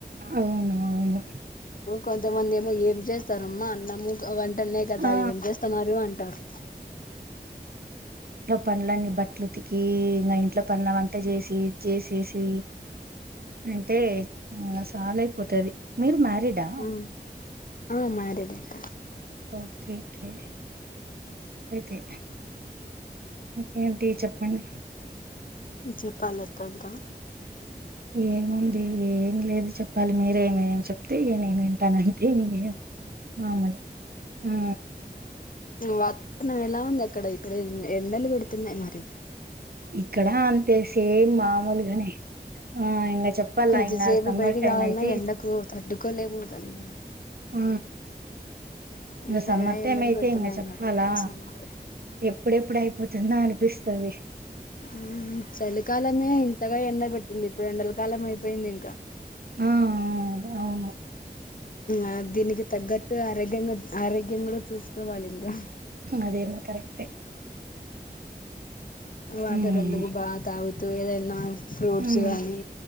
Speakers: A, on the right (about 65°); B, on the left (about 55°).
A: అవును అవును
B: కొంతమంది ఏమో ఏం చేస్తారమ్మా అన్నము గ వ వంట నేకదా
A: ఆ!
B: ఏం చేస్తున్నారు అంటారు
A: పండ్లన్ని బట్టలుతికి ఇంకా ఇంట్లో పండ్ల అవని చేసి ఇది చేసేసి అంతే ఇంక సలయిపోతది మీరు మ్యారీడా
B: ఉమ్ ఆ మ్యారీడ్ ఎ అక్క
A: ఓకే ఓకే అయితే ఇంకేంటి చెప్పండి
B: చెప్పాలక్క ఇంకా
A: ఏముంది ఏం లేదు చెప్పాలి మీరేమేమి చెప్తే ఇక నేన్ వింటానది థెమింగేవ్ ఆ మరి ఆ
B: వాతావరణం ఎలా ఉంది అక్కడ ఇక్కడ ఎండలు పెడుతున్నాయి మరి
A: ఇక్కడ అంతే సేమ్ మామూలుఘనే ఆ ఇంకా చెప్పాలా
B: కొద్దిసేపు
A: ఇంకా సమ్మర్
B: బయటికి
A: టైమ్
B: రావాలన్నా
A: అయితే
B: ఎండకు తట్టుకోలేము దాన్ని
A: ఆ ఇకా
B: ఇంతగా
A: సమ్మర్ టైమ్
B: ఎండలు
A: అయితే
B: పెడుతున్నాయి
A: ఇంకా చెప్పాలా
B: మరి సమ్మర్
A: ఎప్పుడెప్పుడు అయిపోతుందో అనిపిస్తాది
B: ఉమ్ చలికాలమే ఇంతగా ఎండ పెడు తుంది ఇప్పుడు రెండల కాలం అయిపోయింది ఇంకా
A: ఆ అవును
B: ఆ దీనికి తగ్గట్టు ఆరోగ్యంగా ఆరోగ్యం కూడా చూసుకోవాలి ఇంకా
A: అదేమో కరెక్ట్
B: వాటర్
A: ఉమ్
B: అందుకు బా తగుతు ఏదనా ఫ్రూట్స్
A: ఉమ్
B: గానీ